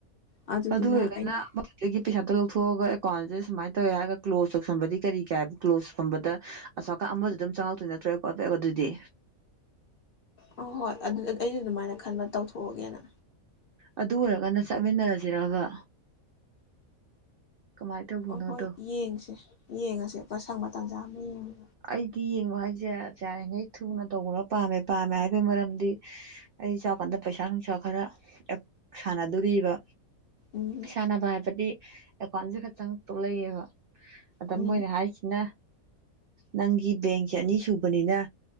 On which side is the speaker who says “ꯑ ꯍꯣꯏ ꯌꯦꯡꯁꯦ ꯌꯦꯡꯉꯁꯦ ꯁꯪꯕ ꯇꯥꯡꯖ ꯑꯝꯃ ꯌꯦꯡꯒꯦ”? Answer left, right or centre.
Left